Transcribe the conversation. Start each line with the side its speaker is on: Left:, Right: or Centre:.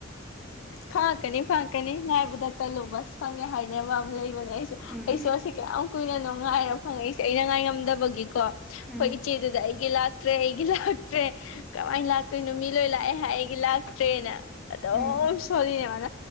Left: ꯐꯪꯉꯛꯀꯅꯤ ꯐꯪꯉꯛꯀꯅꯤ ꯉꯥꯏꯕꯗ ꯀꯜꯂꯨꯕꯁ ꯐꯪꯉꯦ ꯍꯥꯏꯅꯦꯕꯕ ꯂꯩꯕꯅꯦ ꯑꯩꯁꯨ
Centre: ꯎꯝ
Left: ꯑꯩꯁꯨ ꯑꯁꯤ ꯀꯌꯥꯝ ꯀꯨꯏꯅꯅꯨꯡ ꯉꯥꯏꯔ ꯐꯪꯉꯛꯏꯁꯦ ꯑꯩꯅ ꯉꯥꯏ ꯉꯝꯗꯕꯒꯤꯀꯣ ꯑꯩꯈꯣꯏ
Centre: ꯎꯝ
Left: ꯏꯆꯦꯗꯨꯗ ꯑꯩ ꯑꯩꯒꯤ ꯂꯥꯛꯇ꯭ꯔꯦ ꯑꯩꯒꯤ ꯂꯥꯛꯇ꯭ꯔꯦ ꯀꯃꯥꯏꯅ ꯂꯥꯛꯇꯣꯏꯅꯣ ꯃꯤ ꯂꯣꯏ ꯂꯥꯛꯑꯦ ꯍꯥꯏ ꯑꯩꯒꯤ ꯂꯥꯛꯇ꯭ꯔꯦꯅ <unintelligible>
Centre: ꯎꯝ
Left: ꯁꯔꯤꯅꯦ ꯃꯥꯥꯟ